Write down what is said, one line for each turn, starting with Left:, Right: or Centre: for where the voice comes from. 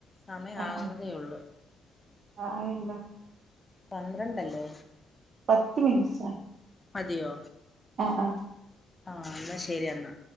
Left: സമയം
Right: ആഹ്
Left: ആവുന്നതേ
Right: ആഹ്
Left: ഉള്ളൂ
Right: ആയല്ലോ
Left: പന്ത്രണ്ടല്ലേ?
Right: പത്ത് മിനിറ്റസ
Left: മതിയോ
Right: ആഹ് ആഹ്
Left: ആഹ് എന്നാ ശരി എന്നാ